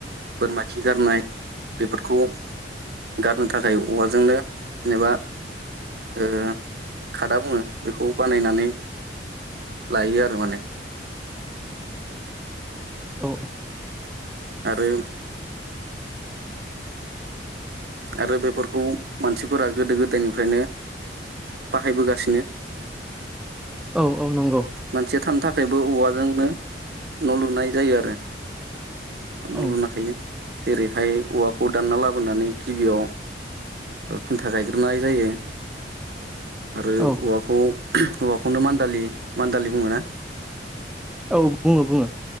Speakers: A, on the right (about 60°); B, in the centre.
A: बोरमा खि गारनाय फोरखौ गारनो थाखाय औवाजोंनो जेनेबा ओ खादा बुङो बेखौ बानायनानै लायो आरो माने
B: औ औ
A: आरो आरो बेफोरखौ मानसिफोरा गोदो गोदायनिफ्रायनो बाहायबोगासिनो
B: औ औ नंगौ।
A: मानसिया थानो थाखायबो औवाजोंनो न' लुनाय जायो आरो। न'
B: औ
A: लुनो हायो जेरैहाय औवाखौ दानना लाबोनानै गिबियाव खुन्था गायग्रोनाय जायो आरो
B: औ
A: औवा खौ औवाखौनो मान्दालि मान्दालि बुङो ना
B: औ बुङो बुङो